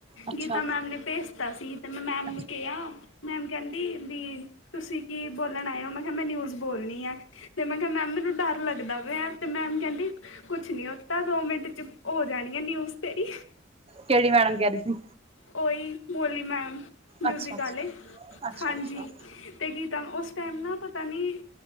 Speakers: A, on the right; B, on the left.
A: ਅੱਛਾ
B: ਗੀਤਾ ਮੈਮ ਨੇ ਭੇਜ ਤਾ ਸੀ ਤੇ ਮੈਂ ਮੈਮ
A: ਅੱਛਾ
B: ਨੂੰ ਕਿਹਾ ਮੈਮ ਕਹਿੰਦੀ ਵੀ ਤੁਸੀਂ ਕੀ ਬੋਲਣ ਆਇਓ ਮੈਂ ਮੈਂ ਨਿਊਜ ਬੋਲਣੀ ਆ ਤੇ ਮੈਂ ਕਿਹਾ ਮੈਮ ਮੈਨੂੰ ਡਰ ਲੱਗਦਾ ਪ ਤੇ ਮੈਮ ਕਹਿੰਦੀ ਕੁਛ ਨੀ ਉ ਤਾਂ ਦੋ ਮਿੰਟ ਚ ਹੋ ਜਾਣੀ ਆ ਨਿਊਜ਼ ਤੇਰੀ
A: ਕਿਹੜੀ ਮੈਡਮ ਕਹਿ ਰਹੀ ਸੀ।
B: ਉਹੀ ਭੋਲੀ ਮੈਮ ਮਿਊਜ਼ਿਕ
A: ਅੱਛਾ ਅੱਛਾ
B: ਵਾਲੇ
A: ਅੱਛਾ
B: ਹਾਂਜੀ
A: ਅੱਛਾ
B: ਤੇ ਗੀ ਉਸ ਟਾਈਮ ਨਾ ਪਤਾ ਨਹੀਂ